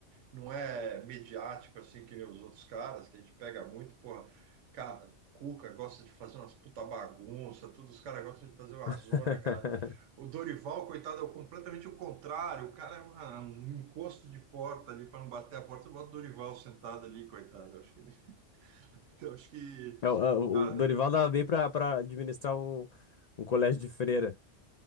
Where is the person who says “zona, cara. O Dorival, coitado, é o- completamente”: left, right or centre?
Right